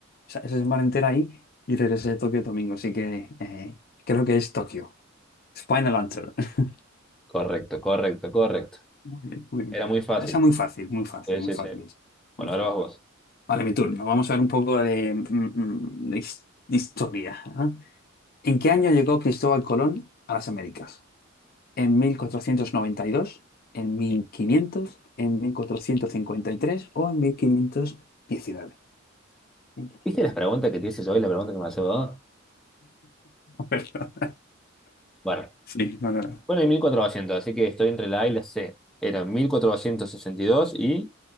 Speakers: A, on the left; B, in the centre.
A: esa, esa semana entera ahí y regresé de Tokio el domingo, así que eh, creo que es Tokio. Final answer. <laughs>
B: Correcto, correcto, correcto.
A: Muy bien, muy bien.
B: Era muy fácil.
A: Esa muy fácil, muy fácil,
B: Sí,
A: muy
B: sí,
A: fácil.
B: sí. Bueno,
A: Muy fácil.
B: ahora vas vos.
A: Vale, mi turno. Vamos a ver un poco de, mm, mm, de his- de historia. ¿ah? ¿En qué año llegó Cristóbal Colón a las Américas? ¿En 1492, ¿En 1500, ¿En 1453 ¿O en 1519? <laughs>
B: ¿Viste las preguntas que te hice yo y la pregunta que me hace vos?
A: Perdón.
B: Bueno.
A: Sí, no, no.
B: Bueno, y 1400, así que estoy entre la A y la C. Eran 1462 y dos y